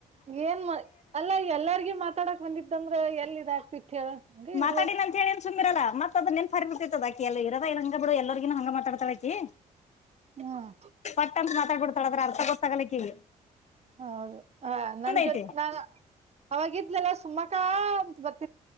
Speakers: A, on the right; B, on the left.
A: ಏನ್ ಮ ಅಲ್ಲಾ ಎಲ್ಲಾರ್ಗ ಮಾತಾಡಕ್ ಬಂದಿದಂದ್ರ ಎಲ್ ಇದಾಗ್ತಿತ್ ಹೇಳ ಹಂಗ ಇ
B: ಅತಾ ಅಂತ ಹೇಳ ಸುಮ್ಮಿರಲ್ಲ ಮತ್ತ ಅದೆನ್ರಿರ್ತದ ಅ ಎಲ್ಲ ಇರದ ಇಲ್ಲ ಹಂಗ ಬಿಡು ಎಲ್ಲರಿಗೂ ಹಂಗ ಮಾತಾಡ್ತವ ಆಕಿ
A: ಹ್ಮ್
B: ಪಟ್ಟಂತ ಮಾತಾಡ್ಬಿಡ್ತಾಳ ಅದರ ಅರ್ಥ ಗೊತ್ತಾಗಲ್ಲಕಿಗೆ
A: ಹೌದು ಹ ನನ್ ಜೊತೆ
B: ಐತಿ
A: ನಾ ಅವಾಗಿದ್ಲೆಲ್ಲ ಸುಮ್ಮಕ ಅಂತ ಬತ್ತ